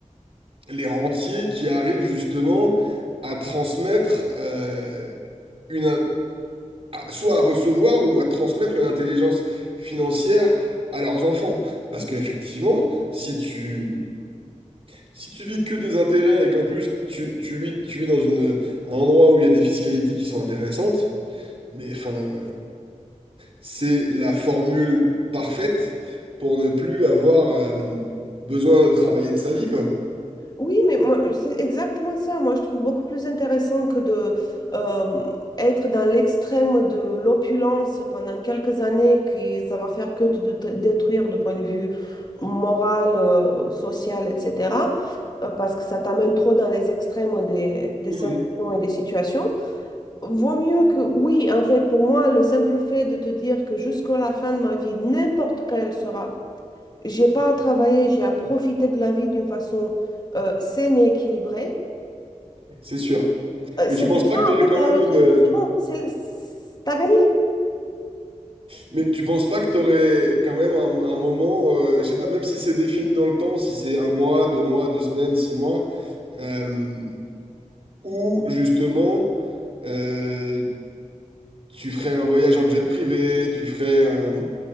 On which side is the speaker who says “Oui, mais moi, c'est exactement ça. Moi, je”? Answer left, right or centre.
Left